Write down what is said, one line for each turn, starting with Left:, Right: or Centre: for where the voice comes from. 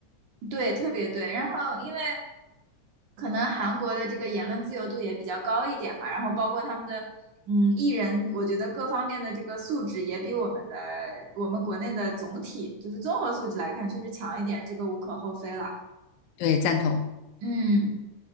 Right: 对，特别对。然后，因为可能韩国的这个言论自由度也比较高一点嘛，然后包括他们的嗯艺人，我觉得各方面的这个素质也比我们的我们国内的总体就是综合素质来看，确实强一点，这个无可厚非了。
Left: 对，赞同。
Right: 嗯，